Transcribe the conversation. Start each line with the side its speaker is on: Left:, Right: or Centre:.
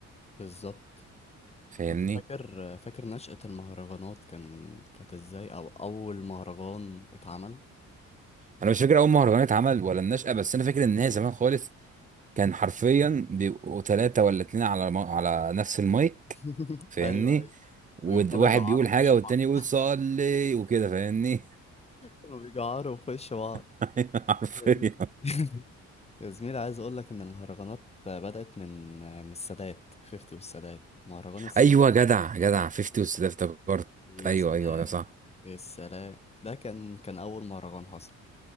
Left: بالظبط
Right: فاهمني
Left: أنت فاكر فاكر نشأة المهرجانات كان كانت إزاي أو أول مهرجان اتعمل
Right: أنا مش فاكر أول مهرجان اتعمل ولا النشأة بس أنا فاكر إن هي زمان خالص كان حرفيا بيبقوا ثلاثة ولا اتنين على م- على نفس المايك
Left: <laughs>
Right: فاهمني
Left: أيوه أيوه
Right: وواحد
Left: ويفضلوا يجعروا
Right: بيقول
Left: في
Right: حاجة
Left: وش
Right: والتاني
Left: بعض
Right: يقول صلي وكده فاهمني
Left: كانوا بيجعروا في وش بعض
Right: <laughs> حرفيا
Left: يا زميلي <laughs> يا زميلي عايز اقول لك ان المهرجانات بدأت من من السادات 50 والسادات مهرجان السادات
Right: ايوه جدع جدع 50 وست ده افتكرت
Left: يا
Right: ايوه
Left: سلام
Right: ايوه ايوه صح
Left: يا سلام ده كان كان اول مهرجان حصل